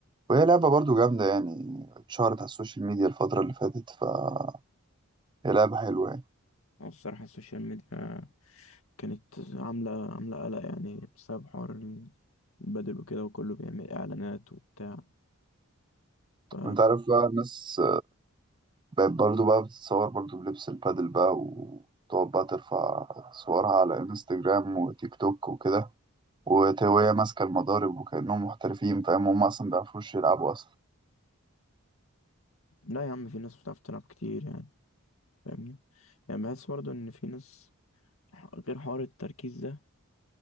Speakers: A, on the right (about 20°); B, on the left (about 75°).
A: وهي لعبة برضه جامدة يعني اتشهرت على السوشيال ميديا الفترة اللي فاتت فهي لعبة حلوة يعني
B: او الصراحة السوشيال ميديا كانت عاملة عاملة قلق يعني بسبب حوار ال- البدل وكده وكله بيعمل اعلانات وبتاع ف
A: وأنت عارف بقى الناس بقت برضو بقى بتتصور برضو بلبس البادل بقى وتقعد بقى ترفع صورها على انستجرام وتيك توك وكده وت- وهي ماسكة المضارب وكأنهم محترفين فاهم هم أصلا مبيعرفوش يلعبوا أصلا
B: لا يا عم في ناس بتعرف تلعب كتير يعني فاهمني يعني بحس برضه ان في ناس غير حوار التركيز ده